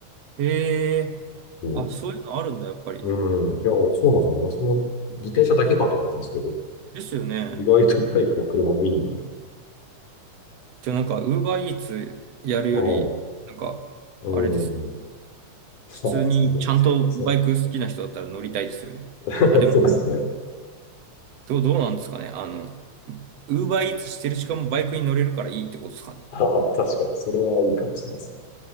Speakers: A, on the right (about 60°); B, on the left (about 70°).
A: へえ、
B: う
A: あ、そういうのあるんだ、やっぱり。
B: ん。うん。いや、そうなんですよね。私も自転車だけかと思ったんですけど、
A: ですよね。
B: 意外とバイクも車もいいんだと
A: じゃあなんか、ウーバーイーツやるより、
B: 思って。
A: なんか、
B: はい。
A: あれですね。
B: うん。あ、
A: 普通にちゃんとバイク好きな人だったら乗りたいですよね。
B: そうだ。そう、<laughs>
A: あ、でも
B: そうですね。
A: どう、どうなんですかね。あの、ウーバーイーツしてる時間もバイクに乗れるからいいってことですかね。
B: ああ、確かに、それはいいかもしれないですね。